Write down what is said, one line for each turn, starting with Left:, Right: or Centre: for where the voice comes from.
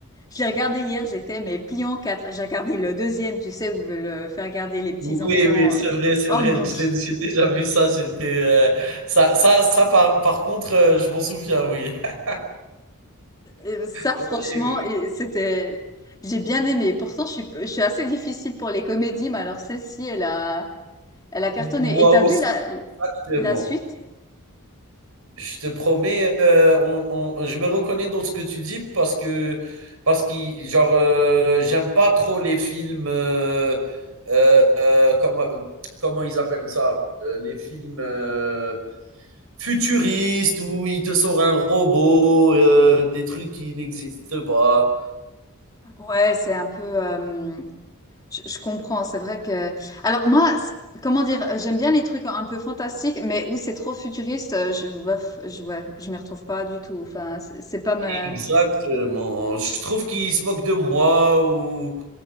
Left: Je l'ai regardé hier, j'étais mais pliée en quatre. J'ai regardé le deuxième, tu sais, où veulent faire regarder les petits-enfants.
Right: Oui, oui, c'est
Left: euh.
Right: vrai, c'est
Left: Oh
Right: vrai.
Left: mon
Right: Je
Left: Dieu.
Right: l'ai, j'ai déjà vu ça. J'étais, euh, ça, ça, ça par, par contre, euh, je m'en souviens, oui. <laughs>
Left: Euh, Ça,
Right: Oui,
Left: franchement,
Right: oui.
Left: et c'était... J'ai bien aimé. Pourtant, je suis, je suis assez difficile pour les comédies, mais alors celle-ci, elle a, elle a cartonné.
Right: M- Moi
Left: Et t'as
Right: aussi,
Left: vu la,
Right: exactement.
Left: la suite?
Right: Je te promets, euh, on- on- je me reconnais dans ce que tu dis parce que, parce que, genre, euh, j'aime pas trop les films, euh, euh, euh, comment, comment ils appellent ça? Euh, les films euh, futuristes où il te sort un robot, euh, des trucs qui n'existent pas.
Left: Ouais, c'est un peu... euh, je, je comprends, c'est vrai que... Alors moi, c'est- comment dire, euh, j'aime bien les trucs un peu fantastiques, mais où c'est trop futuriste, euh, je, bof, je, ouais, je m'y retrouve pas du tout. Enfin, c'est c'est pas ma,
Right: Exactement. Je trouve qu'ils se moquent de moi ou